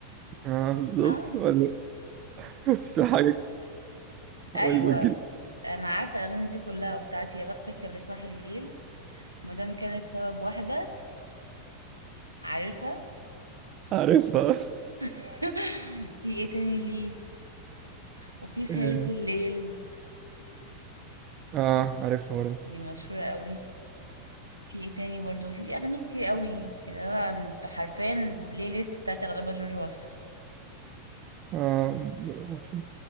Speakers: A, on the right; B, on the right.
A: اه بالظبط
B: اه
A: ولا بس في حاجه حاول
B: ايوه
A: تجيب
B: انا عارفة الاغاني دي كلها وبتاعتي يا بختك يا اللي صاحي الليل مادام كان السبب واحدة عارفها
A: عارفها
B: <laughs> في ايه تاني ليه وفي سهرة
A: اه
B: الليل
A: آه، عارفها برضه
B: دي مشهورة قوي في ايه تاني برضو ليه اغاني كتير قوي يعني انا حرفيا البلاي ليست بتاعتي اغلبها جورج وسوف
A: اه ب- وف-